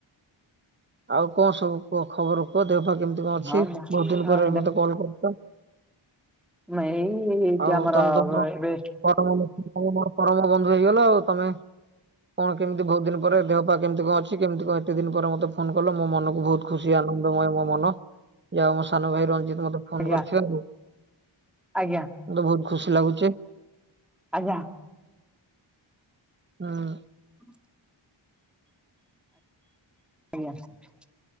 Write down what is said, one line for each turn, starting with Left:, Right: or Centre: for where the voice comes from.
Right: ଆଉ କଣ ସବୁ କୁହ ଖବର କୁହ ଦେହ ପାଖ କେମିତି କଣ ଅଛି
Centre: ହଁ
Right: ବହୁତ ଦିନ
Centre: ହଁ
Right: ପରେ ମତେ କଲ୍ କରିଚ,।
Centre: ନ ଏଇ
Right: ଆଉ
Centre: ଯେ ଆମରବେ
Right: ତମେ ତ ମୋର
Centre: ଏବେ
Right: ପରମ <unintelligible> ତମେ ମୋର ପରମ ବନ୍ଧୁ ହେଇଗଲ ଆଉ ତମେ କଣ କେମିତି ବହୁତ୍ ଦିନ ପରେ ଦେହ ପା କେମିତି କଣ ଅଛି କେମିତି କଣ? ଏ ତେ ଦିନ ପରେ ମତେ ଫୋନ କଲ ମୋ ମନକୁ ବହୁତ ଖୁସି ଆନନ୍ଦମୟ ମୋ ମନ ଯାହାଉ ମୋ ସାନ ଭାଇ ରଞ୍ଜି ତ ମତେ
Centre: ଆଜ୍ଞା
Right: ଫୋନ୍‌ କରିଥିବା ରୁ
Centre: ଆଜ୍ଞା
Right: ମତେ ବହୁତ ଖୁସି ଲାଗୁଚି।
Centre: ଆଜ୍ଞା
Right: ହଁ।
Centre: ଉଁ। <unintelligible>